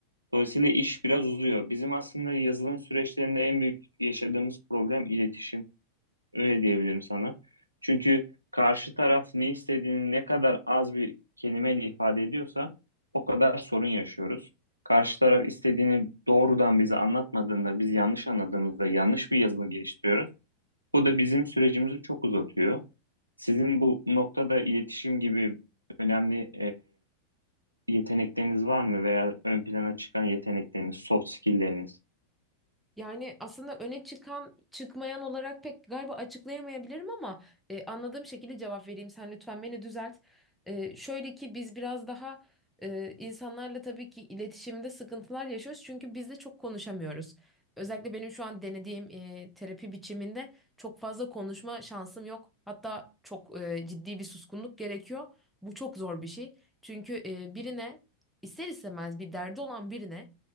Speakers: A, on the right; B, in the centre.
A: Dolayısıyla iş biraz uzuyor. Bizim aslında yazılım süreçlerinde en büyük yaşadığımız problem iletişim. Öyle diyebilirim sana. Çünkü karşı taraf ne istediğini ne kadar az bir kelimeyle ifade ediyorsa o kadar sorun yaşıyoruz. Karşı taraf istediğini doğrudan bize anlatmadığında, biz yanlış anladığımızda yanlış bir yazılım geliştiriyoruz. Bu da bizim sürecimizi çok uzatıyor. Sizin bu noktada iletişim gibi önemli yetenekleriniz var mı veya ön plana çıkan yetenekleriniz, soft skill'leriniz?
B: Yani aslında öne çıkan çıkmayan olarak pek galiba açıklayamayabilirim ama e, anladığım şekilde cevap vereyim. Sen lütfen beni düzelt. E, şöyle ki biz biraz daha e, insanlarla tabii ki iletişimde sıkıntılar yaşıyoruz çünkü biz de çok konuşamıyoruz. Özellikle benim şu an denediğim e, terapi biçiminde çok fazla konuşma şansım yok. Hatta çok e, ciddi bir suskunluk gerekiyor. Bu çok zor bir şey. Çünkü e, birine ister istemez bir derdi olan birine